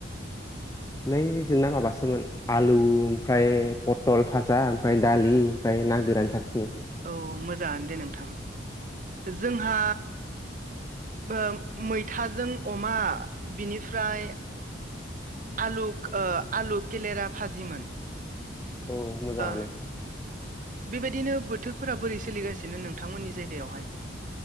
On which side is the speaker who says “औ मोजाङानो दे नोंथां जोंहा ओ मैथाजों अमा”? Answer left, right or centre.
Right